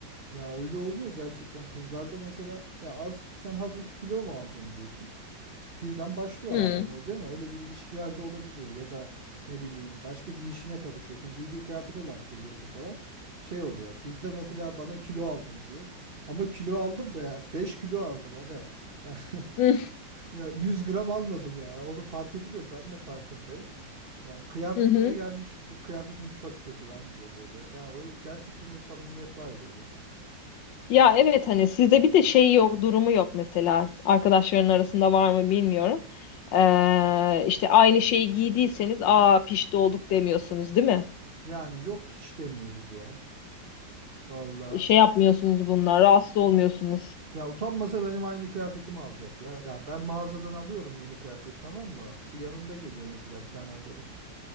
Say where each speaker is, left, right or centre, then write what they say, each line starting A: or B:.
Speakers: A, on the right (about 35°); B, on the left (about 75°).
A: Ya öyle oluyor gerçekten kızlarda mesela ya az sen hafif kilo mu aldın diyorsun. Birden başlıyor
B: Hı.
A: ağlamaya değil mi? Öyle bir ilişkilerde olabiliyor ya da ne bileyim başka bir işine karışıyorsun. Giydiği kıyafete laf söylüyorsun falan. Şey oluyor. Bizde mesela bana kilo aldın diyor. Ama kilo aldım da ya 5 kilo aldım aga. Ya,
B: Hı
A: <laughs> ya 100 gram almadım ya. Onu fark ediliyor. Ben de farkındayım. Yani kıyafetime
B: hı. hı.
A: gelmiş bu kıyafetin çok kötü lan diyor böyle. Yani o gerçekten o samimiyet var böyle.
B: Ya evet hani sizde bir de şey yok, durumu yok mesela. Arkadaşların arasında var mı bilmiyorum. Ee, işte aynı şeyi giydiyseniz aa pişti olduk demiyorsunuz değil mi?
A: Yani yok hiç demiyoruz ya. Valla.
B: E, Şey yapmıyorsunuz bunlar, rahatsız olmuyorsunuz.
A: Ya utanmasa benim aynı kıyafetimi alacak ya. Yani ben mağazadan alıyorum yeni kıyafet tamam mı? Bu yanımda geliyor mesela bir tane arkadaş.